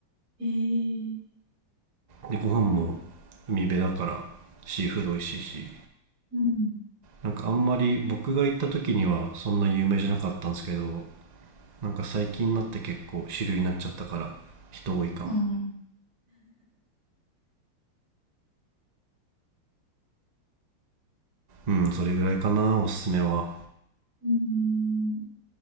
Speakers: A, on the right (about 35°); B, on the right (about 70°).
A: えー、
B: でご飯も海辺だからシーフード美味しいし
A: うん、
B: なんかあんまり僕が行った時にはそんな有名じゃなかったんですけど、なんか最近になって結構主流になっちゃったから人多いかも。
A: あん。
B: うん、それぐらいかな、おすすめは。
A: うん、